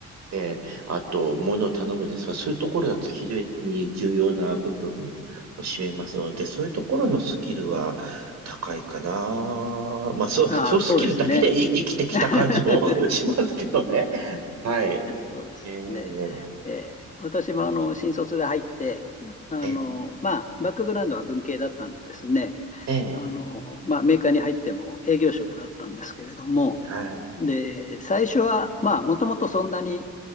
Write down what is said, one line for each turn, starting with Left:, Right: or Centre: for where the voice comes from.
Right: えーあと、物を頼むですが、そういうところだと非常に重要な部分を占めますので、そういうところのスキルは高いかな。まあ、そう、
Left: ああ、
Right: そうスキルだけでい生きてきた感じも
Left: そうですね。<laughs>
Right: <laughs> しますけどね。はい。
Left: そうですね。
Right: ええ、
Left: えー私もあの新卒で入って、あのまあ、
Right: ええ、
Left: バックグラウンドは文系だったんでですね、
Right: ええ、
Left: あのまあ、メーカーに入っても営業職だったんですけれども、
Right: はい、
Left: で最初は、まあ、もともとそんなに、